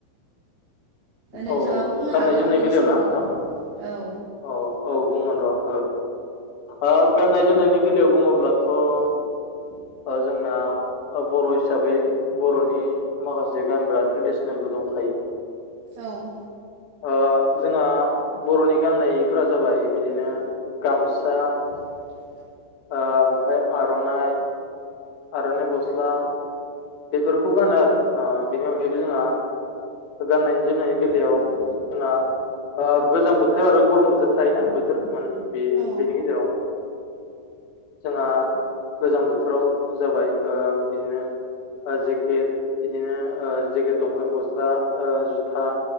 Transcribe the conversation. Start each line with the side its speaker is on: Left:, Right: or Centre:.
Right: नोंथाङाबो
Left: औ
Right: बुंनो
Left: गाननाय
Right: हागोन
Left: जोमनाय
Right: बेनि
Left: बेलायाव
Right: सोमोन्दै
Left: ना नोंथां
Right: औ।
Left: औ औ बुंगोन र' औ ओ गाननाय जोमनायनि बेलायाव बुङोब्लाथ' ओ जोंना बर' हिसाबै बर'नि माखासे गानग्रा ट्रेडिसनेल बो दंखायो।
Right: औ।
Left: ओ जोंहा बर'नि गाननायफोरा जाबाय बिदिनो गामसा
Right: <inaudible>
Left: ओमफ्राय आर'नाइ, आर'नाइ गस्ला। बेफोरखौ गानो आरो बेनि अनगायैबो जोंहा गाननायनि जोमनायनि बेलायाव जोंहा ओ गोजां बोथोर आरो गरम बोथोर थायोना बोथोर मोननै बे
Right: औ
Left: बेनि गेजेराव जोंहा गोजां बोथोराव जाबाय ओ बिदिनो जेकेट बिदिनो ओ जेकेट, लंपेन्ट, गस्ला, ओ जुथा